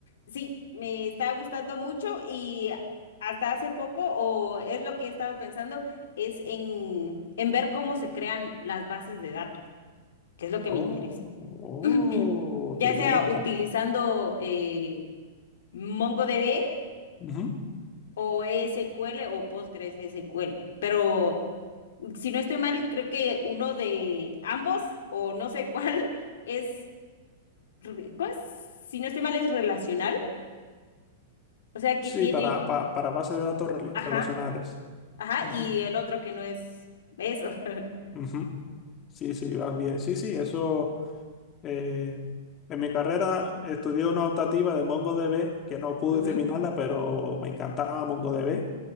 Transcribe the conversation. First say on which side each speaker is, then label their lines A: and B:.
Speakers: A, on the left (about 85°); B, on the left (about 25°).
A: Sí, me está gustando mucho y hasta hace poco, o es lo que he estado pensando, es en, en ver cómo se crean las bases de datos, que es lo que
B: Oh,
A: me interesa.
B: oh,
A: <clears throat> Ya
B: qué bien,
A: sea utilizando
B: qué bien.
A: eh, MongoDB
B: Ujú,
A: o SQL o Postgres SQL. Pero si no estoy mal, creo que uno de ambos, o no sé <laughs> cuál, es, re- ¿cómo es? Si no estoy mal, es relacional. O sea
B: Sí,
A: que tiene,
B: para, pa- para bases de datos rela-
A: ajá,
B: relacionales.
A: ajá,
B: Ujú,
A: y el otro que no es eso. <laughs>
B: ujú. Sí, sí, vas bien. Sí, sí, eso. Eh, en mi carrera estudié una optativa de MongoDB que no pude
A: Ujú,
B: terminarla, pero me encantaba MongoDB,